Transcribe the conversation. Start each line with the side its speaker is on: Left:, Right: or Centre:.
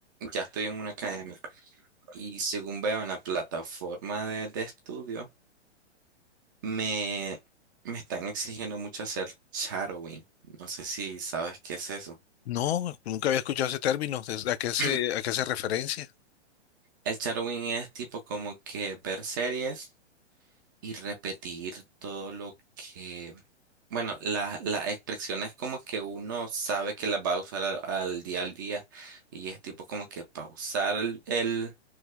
Right: ya estoy en una academia. Y según veo en la plataforma de, de estudio, me, me están exigiendo mucho hacer shadowing. No sé si sabes qué es eso.
Left: No, nunca había escuchado ese término. ¿A qué se,
Right: <clears throat>
Left: a qué hace referencia?
Right: El shadowing es tipo como que ver series y repetir todo lo que, bueno, la- las expresiones como que uno sabe que las va a usar al, al día al día y es tipo como que pausar el, el-